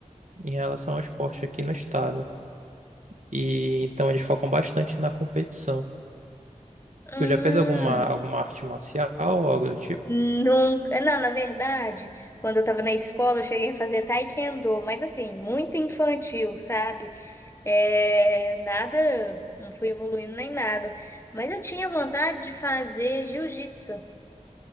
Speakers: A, on the right; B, on the left.
A: em relação ao esporte aqui no estado. E então eles focam bastante na competição.
B: Hum.
A: Tu já fez alguma, alguma arte marcial ou algo do tipo?
B: Nunca, não, na verdade, quando eu tava na escola, eu cheguei a fazer taekwondo, mas assim, muito infantil, sabe? É, nada, não fui evoluindo nem nada. Mas eu tinha vontade de fazer jiu-jitsu,